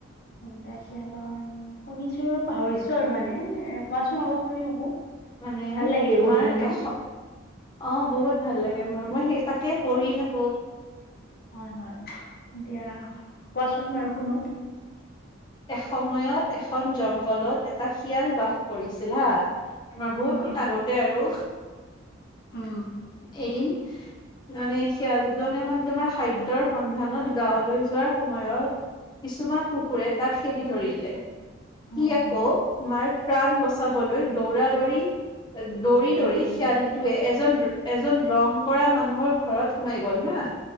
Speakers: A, on the left; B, on the left.
A: নিলা শিয়ালৰ ধৰ শুনিছো পাহৰিছো আৰু মানে এ কোৱাচোন অলপ তুমি মোকো <unintelligible>
B: মানে
A: ভাল লাগে এইবোৰ
B: তোমাৰ
A: শুনি ন
B: এশ অ বহুত ভাল লাগে মই সেই তাকে পঢ়ি থাকো।
A: হয় হয় দিয়া কোৱাচোন বাৰু শুনো
B: এসময়ত এখন জংঘলত এটা শিয়াল বাস কৰিছিল হা তোমাৰ বহুত
A: অ
B: দিন
A: অ
B: আগতে আৰু
A: উম
B: এদিন মানে শিয়ালজনে মানে তোমাৰ খাদ্যয়ৰ সন্ধানত গাঁৱলৈ যোৱাৰ সময়ত কিছুমান কুকুৰে তাক খেদি ধৰিলে কি
A: উম
B: আকৌ তোমাৰ প্ৰাণ বচাবলৈ দৌৰা দৌৰি দৌৰি দৌৰি
A: উম উম
B: শিয়ালটোৱে এজন এজন ৰং কৰা মানুহৰ ঘৰত সোমাই গ'ল হা